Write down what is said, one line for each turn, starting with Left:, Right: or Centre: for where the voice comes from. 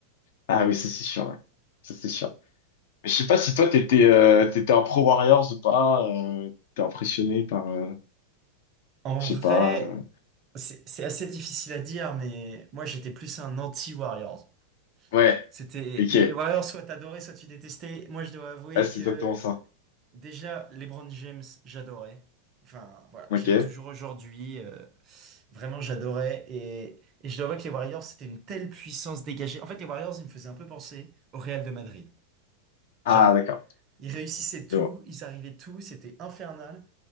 Left: Ah oui, ça c'est sûr, ouais. Ça c'est sûr. Mais je sais pas si toi t'étais euh, t'étais un pro Warriors ou pas, euh, t'es impressionné par, euh,
Right: En
Left: je
Right: vrai,
Left: sais pas. euh,
Right: c'est c'est assez difficile à dire, mais moi j'étais plus un anti-Warriors.
Left: Ouais,
Right: C'était
Left: ok.
Right: les Warriors, soit t'adorais, soit tu détestais. Moi, je dois avouer
Left: Ouais, c'est
Right: que
Left: exactement ça.
Right: déjà LeBron James, j'adorais. Enfin, voilà,
Left: Ok.
Right: j'aime toujours aujourd'hui. euh, vraiment, j'adorais. Et, et je dois avouer que les Warriors, c'était une telle puissance dégagée. En fait, les Warriors, ils me faisaient un peu penser au Real de Madrid.
Left: Ah
Right: Genre,
Left: d'accord.
Right: ils réussissaient tout,
Left: Je vois.
Right: ils arrivaient tout, c'était infernal.